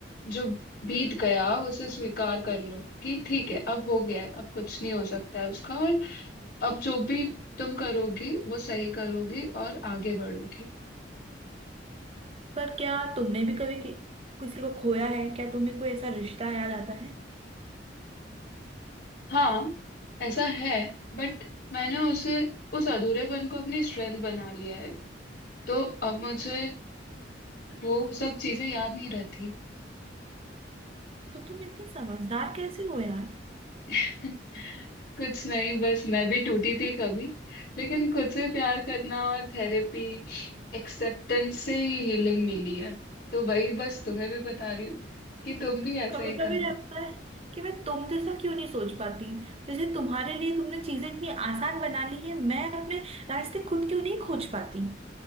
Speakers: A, on the left; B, on the right.
A: जो बीत गया उसे स्वीकार कर लो कि ठीक है अब हो गया है अब कुछ नहीं हो सकता है उसका और अब जो भी तुम करोगी वो सही करोगी और आगे बढ़ोगी
B: पर क्या तुमने भी कभी कि, किसी को खोया है क्या तुम्हें कोई ऐसा रिश्ता याद आता है
A: हाँ ऐसा है बट मैंने उसे उस अधूरेपन को अपनी स्ट्रेंथ बना लिया है तो अब मुझे वो सब चीजें याद नहीं रहती
B: तो तुम इतनी समझदार कैसे हो यार
A: <laughs> कुछ नहीं बस मैं भी टूटी थी कभी लेकिन खुद से प्यार करना और थेरेपी एक्सेप्टेंस से ही हीलिंग मिली है तो वही बस तुम्हें भी बता रही हूँ कि तुम भी ऐसा
B: कभी
A: ही
B: कभी
A: करो
B: लगता है कि मैं तुम जैसा क्यों नहीं सोच पाती जैसे तुम्हारे लिए तुमने चीजें इतनी आसान बना ली है मैं अपने रास्ते खुद क्यों नहीं खोज पाती